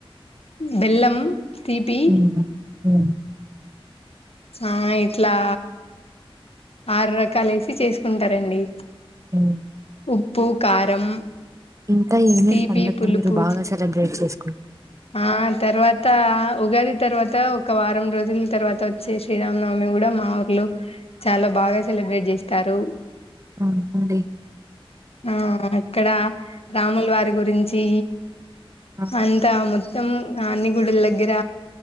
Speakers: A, on the left (about 80°); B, on the right (about 30°).
A: బెల్లం తీపి
B: హ్మ్. హ్మ్.
A: ఆ ఇట్లా ఆరు రకాలు ఎసి చేసుకుంటారండి
B: హ్మ్మ్
A: ఉప్పు కారం
B: ఇంకా ఏమేమి
A: తీపి
B: పండగలు
A: పులుపు
B: మీరు బాగా సెలబ్రేట్ చేస్
A: ఆ తర్వాత ఉగాది తర్వాత ఒక వారం రోజుల తర్వాత వచ్చే శ్రీరామనవమి కూడా మా ఊర్లో చాలా బాగా సెల్ సెలబ్రేట్ చేస్తారు
B: ఆ అండి
A: ఆ అక్కడ రాములు వారి గురించి
B: ఆ!
A: అంతా మొత్తం అన్ని గుడుల దగ్గర